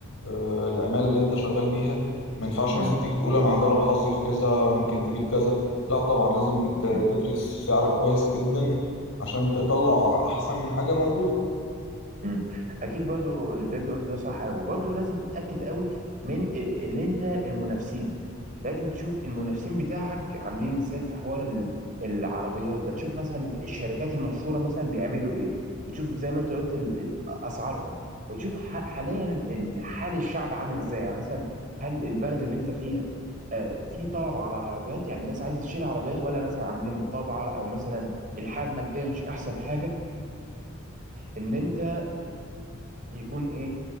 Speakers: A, on the left; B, on the right.
A: آه العماله اللي انت شغال بيها ما ينفعش مثلا
B: امم
A: تيجي تقول انا هجرب حظي في كذا يمكن تجيب كذا لا طبعا لازم ت-
B: امم
A: تدرس سعرك كويس جدا عشان تطلع احسن حاجه موجوده
B: مم. اكيد برضو اللي انت قلته ده صح قوي برضو لازم تتاكد قوي من إيه، ان انت المنافسين لازم تشوف المنافسين بتاعك عاملين ازاي في حوار ال- العربيات ده تشوف مثلا الشركات المشهوره مثلا بيعملوا ايه وتشوف زي ما انت قلت ال- ال- اسعارهم وتشوف ح- حاليا ال- حال الشعب عامل ازاي يعني مثلا هل البلد اللي انت فيها آه، في طلب على العربيات يعني الناس عايزه تشتري عربيات ولا مثلا عاملين مقاطعه او مثلا الحاله الماديه مش احسن حاجه ان انت يكون ايه